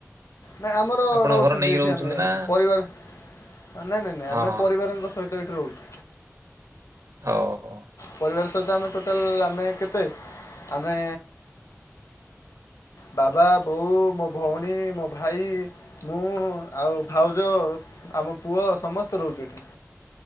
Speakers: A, on the left; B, on the right.
A: ନାଇ ଆମର
B: ଆପଣଙ୍କ
A: ରହୁଛନ୍ତି
B: ଘର ନେଇକି
A: ଏଠି ଆମେ
B: ନା
A: ପରିବାର। ନାଇଁ ନାଇଁ ନାଇଁ
B: ହଁ
A: ଆମେ ପରିବାରଙ୍କ ସହିତ ଏଇଠି ରହୁଛୁ।
B: ଓ ହୋ।
A: ପରିବାର ସହିତ ଆମେ ଟୋଟାଲ ଆମେ କେତେ ଆମେ ବାବା ବୋଉ ମୋ ଭଉଣୀ ମୋ ଭାଇ ମୁଁ ଆଉ ଭାଉଜ ଆମ ପୁଅ ସମସ୍ତେ ରହୁଛି ଏଠି।